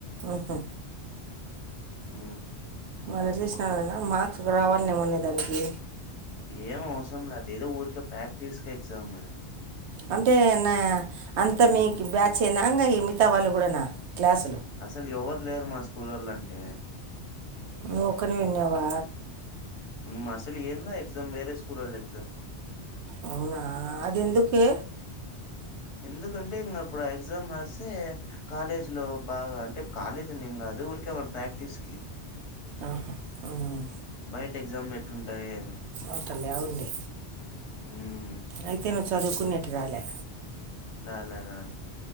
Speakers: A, on the right; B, on the left.
A: ఉహు,
B: అ
A: వాళ్ళ చేసిననన్న మార్క్స్ రావాల్నెమోనే దానికి
B: ఏం అవసరం ల్య అద్ ఏదో ఊరికే ప్రాక్టీస్ కెగ్జామ్ అది
A: అంటే అన్న అంతా మీకి బ్యాచ్ ఏనా ఇంగయి మిగ్తా వాళ్ళు కూడనా క్లాస్
B: అసలు ఎవ్వరు లేరు మా స్కూళ్ళలో అంటే
A: నువ్వొకనివ్యే ఇన్యవా
B: మ్మ్ అసలు ఏందా ఎగ్జామ్ వేరే స్కూళ్ళలో ఎగ్జామ్
A: అవునా అది ఎందుకే
B: ఎందుకంటే ఇంక అప్పుడు ఆ ఎగ్జామ్ రాస్తే కాలేజ్లో బాగా అంటే కాలేజనేం ఏం కాదు ఊరికే మనం ప్రాక్టీస్కి
A: ఆహా మ్మ్
B: బయట ఎగ్జామ్ ఎట్టుంటాయి అని
A: అవ్తల్ ల్యావండి
B: హ్మ్.
A: అయితే ను చదువుకునేట్టు రాలే
B: రాలా రాల